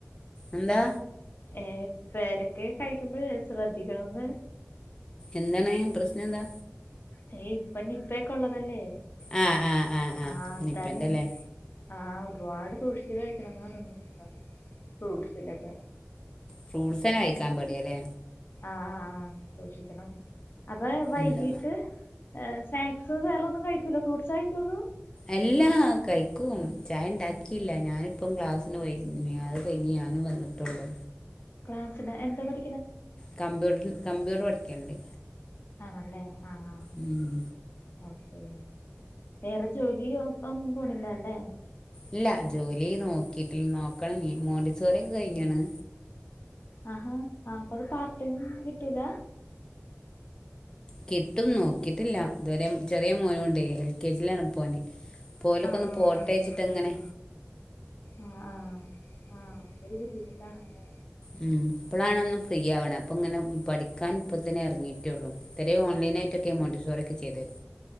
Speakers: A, on the left; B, on the left.
A: എന്താ
B: ഏഹ് പേരക്കെ കഴിക്കുമ്പോഴെ ശ്രദ്ധിക്കണം ഒന്ന്
A: എന്താണ് പ്രശ്നം എന്താ
B: അയയ് ഇപ്പന്ന ഇപ്പേക്കള്ളതല്ലേ
A: ആ ആ ആ ആ
B: ആഹ അതാണ്
A: നിപ്പൻ്റെ അല്ലേ
B: ആ ഒരുപാട് സൂക്ഷിച്ചച്ച് കഴിക്കണംന്ന പററണം കിത്ത ഫ്രൂട്ട്സിലൊക്കെ
A: ഫ്രൂട്ട്സ് തന്നെ
B: ആഹ
A: കഴിക്കാൻ പേടിയല്ലേ
B: ആഹ് ആ ആഹ സൂക്ഷിക്കണം അപ്പൊ വൈകീട്ട്
A: എന്താ
B: സ്നാക്സ് വേറെൊന്നും കഴിക്കലോ ഫ്രൂട്ട്സ് കഴിക്കുള്ളൂ
A: എല്ലാ കഴിക്കും ചായണ്ടാക്കിയില്ല ഞാനിപ്പം ക്ലാസ്സിന് പോയി അത് കഴഞ്ഞ ഞാനും വന്നിട്ടുള്ളൂ
B: ക്ലാസ്സിന് എന്താ പഠ
A: കമ്പമ്പ്യൂട്ടർ കമ്പമ്പ്യൂട്ടർ പഠക്കണ്ട്
B: ആണല്ലേ ആഹ
A: ഉം
B: ഓക്കേ വേറെ ജോലി ഒന്നും പോണില്ല അല്ലേ
A: ഇല്ല ജോലി നോക്കിട്ട നോക്കണ നീ മോണ്ടീിച്ചോറക്കെ കഴിഞ്ഞാണ്
B: ആഹാ ആ് അപ്പ അത് പാർട്ടിയും കിട്ടൂല
A: കിട്ടും നോക്കിയിട്ടില്ല ഇതുവരെ ചെറിയ മോനുണ്ട് എൽ കെ ജയിലാണ് പോന്െ പോലൊക്കെ
B: ആഹ്
A: ഒന്ന് പോട്ടേച്ചിട്ട എങ്ങനെ
B: ആഹ് ആഹ് ആഹ ഒരു ബുദ്ധിമുട്ടാണല്ലേ
A: ഉം ഇപ്പോളണ ഒന്ന് ഫ്രീ ആവണ അപ്പൊ ഇങ്ങനെ പഠിക്കാൻ ഇപ്പൾ തന്നെ ഇറങ്ങിയിട്ടേള്ളൂ ഇത്രയേ ഓൺലൈനായിട്ടൊക്കെ മോണ്ടിസോറ ഒക്കെ ചെയ്തത്